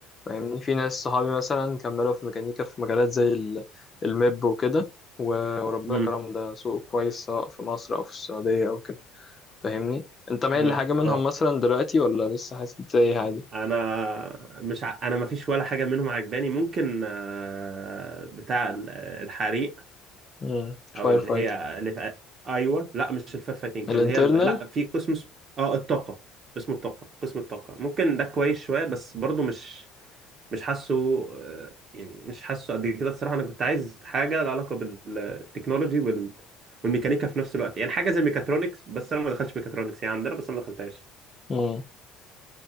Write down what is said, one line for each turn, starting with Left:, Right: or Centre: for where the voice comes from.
Left: فاهمني في ناس صحابي مثلا كملوا في ميكانيكا في مجالات زي ال- الميب وكده و- وربنا
Right: امم
Left: كرم ده سوق كويس سواء في مصر او في السعوديه او كده فاهمني انت مايل
Right: انا
Left: لحاجه منهم
Right: اه
Left: مثلا دلوقتي ولا لسه حاسس إنت ايه عادي
Right: انا مش ع... انا ما فيش ولا حاجه منهم عجباني ممكن آه، بتاع ال- الحريق
Left: امم فاير
Right: او اللي
Left: فايتر
Right: هي اللي في... ايوه لا مش الفير فايتنج
Left: الانترنال
Right: اللي هي ال... لا في قسم اس- اه الطاقه اسمه الطاقه قسم الطاقه ممكن ده كويس شويه بس برضو مش مش حاسه آه، يعني مش حاسه قد كده الصراحه انا كنت عايز حاجه لها علاقه بالتكنولوجي وال... والميكانيكا في نفس الوقت يعني حاجه زي ميكاترونكس بس انا ما دخلتش ميكاترونكس يعني عندنا بس انا ما دخلتهاش
Left: امم